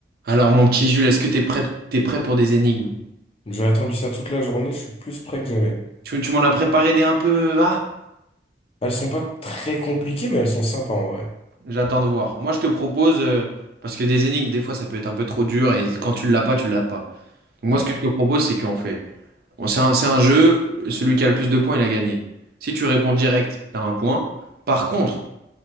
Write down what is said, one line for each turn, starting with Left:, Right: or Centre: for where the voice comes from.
Right: Alors, mon petit Jules, est-ce que t'es prêt, t'es prêt pour des énigmes?
Left: J'ai attendu ça toute la journée, je suis plus prêt que jamais.
Right: Tu, tu m'en as préparé des un peu... Ah,
Left: Elles sont pas très compliquées, mais elles sont sympas en vrai.
Right: j'attends de voir. Moi, je te propose, euh, parce que des énigmes, des fois, ça peut être un peu trop dur, et quand tu l'as pas, tu l'as pas. Donc, moi,
Left: Ouais.
Right: ce que je te propose, c'est qu'on fait... on- c'est un, c'est un jeu, celui qui a le plus de points, il a gagné. Si tu réponds direct, t'as un point. Par contre,